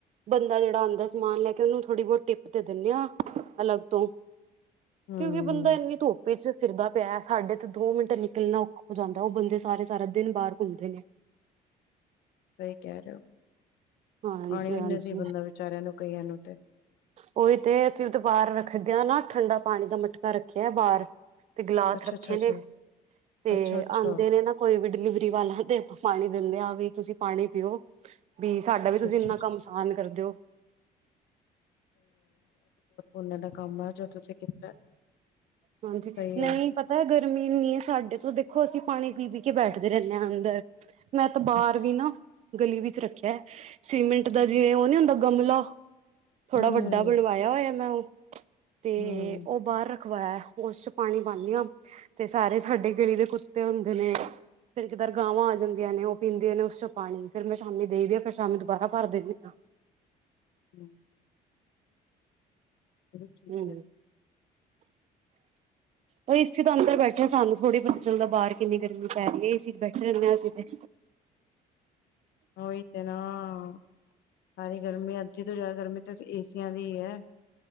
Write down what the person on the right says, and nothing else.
ਬੰਦਾ ਜੇੜਾ ਆਂਉਦਾ ਸਮਾਨ ਲੈ ਕੇ ਉਨੂੰ ਥੋੜ੍ਹੀ- ਬੋਤ ਦਿੱਕਤ ਹੋ ਦਿੰਦੇ ਆ ਅਲੱਗ ਤੋਂ। ਕਿਉਂਕਿ
ਬੰਦਾ ਏਨੀ ਧੁੱਪ 'ਚ ਫਿਰਦਾ ਪਿਆ। ਸਾਡੇ ਤੇ ਦੋ ਮਿੰਟ ਨਿਕਲ- ਨਿਕਲਣਾ ਔਖਾ ਓ ਜਾਂਦਾ। ਓ ਬੰਦੇ ਸਾਰੇ ਸਾਰਾ ਦਿਨ ਬਾਰ ਘੁੰਮਦੇ ਨੇ।
ਹਾਂਜੀ-ਹਾਂਜੀ।
ਓ ਤੇ ਅਸੀਂ ਵੀ ਤੇ ਬਾਹਰ ਰੱਖਦੇ ਆ ਨਾ। ਠੰਡਾ ਪਾਣੀ ਦਾ ਮਟਕਾ ਰੱਖਿਆ ਬਾਹਰ। ਤੇ ਗਲਾਸ
ਰੱਖੇ
ਨੇ। ਤੇ
ਆਂਦੇ ਨੇ ਨਾ ਕੋਈ ਵੀ- ਡਿਲੀਵਰੀ ਵਾਲਾ ਤੇ ਆਪਾਂ ਪਾਣੀ ਦਿੰਦੇ ਆ ਵੀ ਤੁਸੀਂ ਪਾਣੀ ਪੀਓ ਵੀ। ਸਾਡਾ
ਵੀ ਤੁਸੀਂ
ਏਨਾ ਕੰਮ ਆਸਾਨ ਕਰਦੇ ਓ।
ਹਾਂਜੀ।
ਨਹੀਂ,
ਪਤਾ ਗਰਮੀ ਏਨੀ ਐ ਸਾਡੇ ਤੋਂ ਦੇਖੋ ਅਸੀਂ ਪਾਣੀ- ਪੀ -ਪੀ ਕੇ ਬੈਠਦੇ ਰੇਨੇ ਆਂ ਅੰਦਰ ।ਮੈਂ ਤਾਂ ਬਾਰ ਵੀ ਨਾ- ਗਲੀ ਵਿੱਚ ਰੱਖਿਆ। ਸੀਮਿੰਟ ਦਾ ਜਿਵੇਂ ਓ ਨੀ ਹੁੰਦਾ ਗਮਲਾ। ਥੋੜਾ
ਵੱਡਾ
ਬਣਵਾਇਆ ਹੋਇਆ ਮੈਂ ਓ। ਤੇ
ਉਹ ਬਾਰ ਰਖਵਾਇਆ। ਉਸ ਚ ਪਾਣੀ ਪਾਉਂਦੀ ਹਾਂ। ਤੇ ਸਾਰੇ ਸਾਡੇ ਗਿਲੀ ਦੇ ਕੁੱਤੇ ਹੁੰਦੇ ਨੇ। ਫਿਰ ਕਿਧਾਰ ਗਾਵਾਂ ਆ ਜਾਂਦੀਆਂ ਨੇ। ਉਹ ਪੀਂਦੀਆਂ ਨੇ ਉਸ ਚੋਂ ਪਾਣੀ ਫਿਰ ਮੈਂ ਸ਼ਾਮੀ ਦੇਈਦੀ। ਫਿਰ ਸ਼ਾਮੀ ਦੁਬਾਰਾ ਭਰ ਦਿੰਦੀ ਹਾਂ।
ਹਮ
ਉਹ ਇਸ ਤੋਂ ਅੰਦਰ ਬੈਠੇ ਸਾਨੂੰ ਥੋੜ੍ਹੀ ਪਤਾ ਚੱਲਦਾ ਬਾਹਰ ਕਿੰਨੀ ਗਰਮੀ ਪੈ ਰਹੀ ਹੈ। ਇਸ ਚ ਬੈਠੇ ਰਹਦੇ ਹਾਂ ਅਸੀਂ ਤੇ।